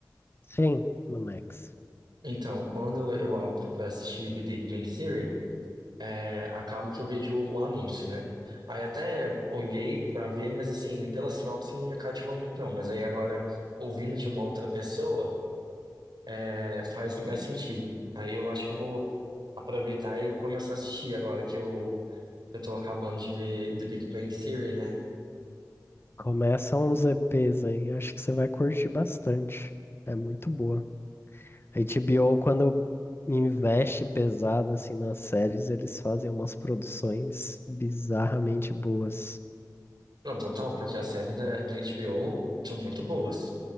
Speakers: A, on the left; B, on the right.
A: Sim, no Max.
B: Então, quando eu abro pra assistir The Big Bang Theory, é, acaba que eu vejo o anúncio, né? Aí até olhei pra ver, mas assim, pela sinopse não me cativou muito não. Mas aí agora, ouvindo de uma outra pessoa, é, faz mais sentido. Aí eu acho que eu vou aproveitar e começar a assistir agora que eu, que eu tô acabando de ver The Big Bang Theory, né?
A: Começa uns EPs aí, acho que você vai curtir bastante. É muito boa. A HBO, quando investe pesado assim nas séries, eles fazem umas produções bizarramente boas.
B: Não, total, porque as séries da, da HBO são muito boas.